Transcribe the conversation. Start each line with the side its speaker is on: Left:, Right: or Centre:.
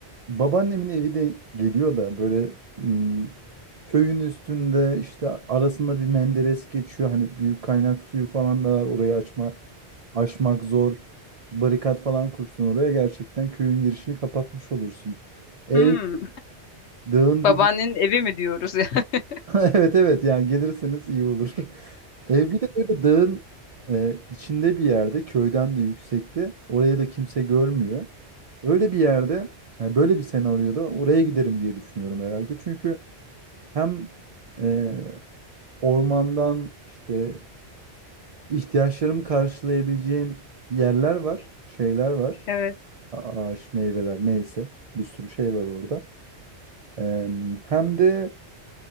Right: babaannemin evi de geliyor da böyle m, köyün üstünde işte arasında bir menderes geçiyor. Hani büyük kaynak suyu falan da var. Orayı açma aşmak zor. Barikat falan kursun oraya gerçekten köyün girişini kapatmış olursun. Ev
Left: Hmm,
Right: dağın
Left: babaannenin
Right: dibi
Left: evi mi diyoruz ya? <laughs>
Right: <laughs> Evet evet yani gelirseniz iyi olur. <laughs> Ev bir de böyle dağın e, içinde bir yerde köyden de yüksekte oraya da kimse görmüyor. Öyle bir yerde yani böyle bir senaryoda oraya giderim diye düşünüyorum herhalde. Çünkü hem e, ormandan işte ihtiyaçlarımı karşılayabileceğim yerler var, şeyler var.
Left: Evet.
Right: A- Ağaç, meyveler neyse bir sürü şey var orada. E, hem de